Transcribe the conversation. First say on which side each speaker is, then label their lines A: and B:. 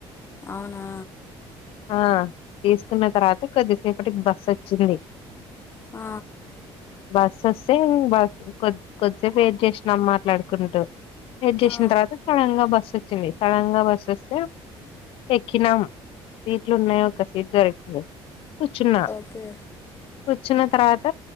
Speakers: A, on the left; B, on the left.
A: అవునా
B: ఆ తీసుకున్న తర్వాత కొద్దిసేపటికి బస్ వచ్చింది.
A: ఆ
B: బస్ వసే బస్ కోద్ కొద్దిసేపు ఏడ్చేచ్చినం మాట్లాడుకుంటూ ఎడ్ జేచిన్
A: ఆ
B: తర్వాత సడన్ గా బస్ వచ్చింది సడన్ గా బస్ వస్తే ఎక్కినాం. సీట్లు ఉన్నాయో ఒక సీట్ దొరికింది కూర్చున్నా.
A: ఓకే
B: కూర్చున్న తర్వాత